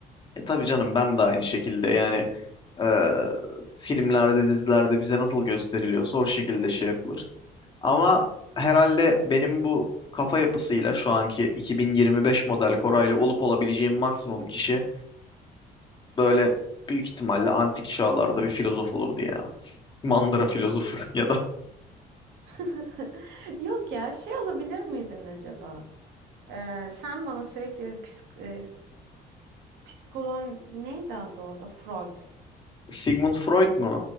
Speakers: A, on the left; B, on the right.
A: E tabii canım ben de aynı şekilde yani e, filmlerde dizilerde bize nasıl gösteriliyorsa o şekilde şey yapılır. Ama herhalde benim bu kafa yapısıyla şu anki 2025 model Koray'la olup olabileceğim maksimum kişi böyle büyük ihtimalle antik çağlarda bir filozof olurdu ya. Mandıra filozofu <laughs> ya da
B: <laughs> Yok ya şey olabilir miydin acaba? Ee, sen bana sürekli bir psik e, psikolog neydi adı o da? Freud.
A: Sigmund Freud mu?